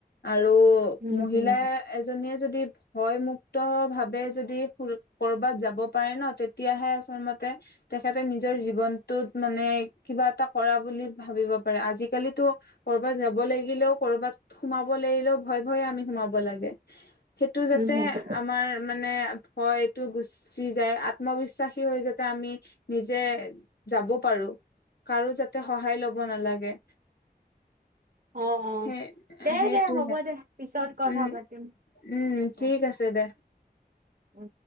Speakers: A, on the left; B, on the right.
A: আৰু
B: উম,
A: মহিলা
B: হুম,
A: এজনীয়ে যদি ভয় মুুক্ত ভাৱে যদি কৰ'বাত যাব পাৰে ন তেতিয়াহে আচলমতে তেখেতে নিজৰ জীৱনটোত মানে কিবা এটা কৰা বুলি ভাবিব পাৰে। আজিকালিতো ক'ৰবাত যাব লাগিলেও, ক'ৰবাত সোমাব লাগিলেও ভয় ভয়ে আমি সোমাব লাগে। সেইটো যাতে
B: উম, হুম,
A: আমাৰ মানে ভয় গুচি যায় আত্মবিশ্বাসী হৈ যাতে আমি নিজে যাব পাৰো কাৰো যাতে সহায় ল'ব নালাগে
B: অ অ
A: সেই
B: দে
A: সেইটোহে
B: দে হ'ব দে পিছত কথা
A: উম
B: পাতিম
A: উম ঠিক
B: দে।
A: আছে দে
B: উম।